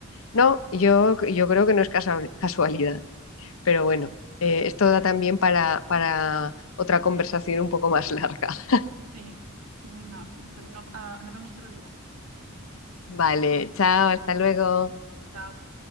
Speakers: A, on the left; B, on the right.
A: No, yo, yo creo que no es casa- casualidad, pero bueno, eh, esto da también para, para otra conversación un poco más larga. <laughs>
B: Sí. Venga, no, no, ah, nos vemos otro día.
A: Vale, chao, hasta luego.
B: Chao.